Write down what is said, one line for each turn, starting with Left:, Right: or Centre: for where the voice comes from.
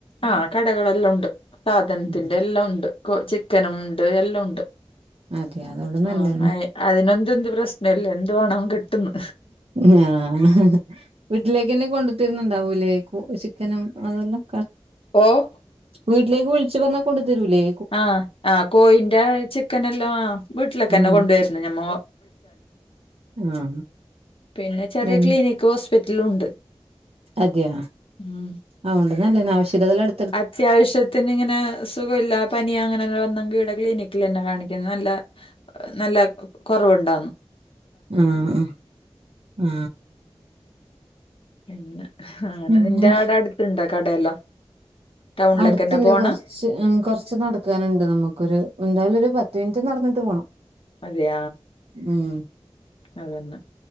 Left: ആഹ കടകളെല്ലാം ഉണ്ട് സാധനത്തിന്റെ
Right: ഉം
Left: എല്ലാം ഉണ്ട് ചിക്കനും ഉണ്ട് എല്ലാം ഉണ്ട്
Right: അതെ അതുകൊണ്ട് നല്ലതന്നെ
Left: ആ അതിനൊന്തെന്ത് പ്രശ്നല്ല എന്തു വേണം കിട്ടുന്നു
Right: ആഹ വീട്ടിലേക്ക്ന്നെ കൊണ്ടുത്തിരുന്നുണ്ടാവൂ ഇലേക്കോ ചിക്കനും അതെല്ലാം
Left: ഓഹ്
Right: വീട്ടിലേക്ക് വിളിച്ചച്ച് പറഞ്ഞാ കൊണ്ട്ു തരുൂലേ
Left: ആഹ ആ കോയിന്റെ ചിക്കന എല്ലാം ആ വീട്ടിലൊക്കെ
Right: ഉം
Left: തന്നെ കൊണ്ടുവരുന്നു
Right: ആ
Left: പിനെ ചെറിയ
Right: അതന്നെ
Left: ക്ലിനി ഹോസ്പിറ്റല ഉണ്ട്
Right: അതെയ
Left: ഉം
Right: ആണ്ട് നല്ല ആവിശ്യതിന എടുത്ത്
Left: അത്യാവശ്യത്തിന് ഇങ്ങനെ സുഖമ ഇില്ല പനിയ അങ്ങനെല്ലെ വന്നെങ്കിൽടെ ക്ലിനിക്കിൽ തന്നെ കാണിക്കുന്നത് നല്ല നല്ല കുറവുണ്ടാുന്നു
Right: ആഹ ആ
Left: പിന്നെ അങ്ങനെ
Right: പിന്നെ
Left: നിന്റെ ആടെ അടുത്തിുണ്ടോ കടയെല്ലാം ടൗണിലേക്ക്
Right: അടുത്തില്ലേ
Left: തന്നെ പോണ
Right: കൊറച്ച് കുറച്ച് നടക്കാനുണ്ട് നമുക്കൊരു എന്തായാലും ഒരു പത്ത് മിനിറ്റ് നടന്നിട്ട് പോണം
Left: അതെയ
Right: ഉം
Left: അതന്നെ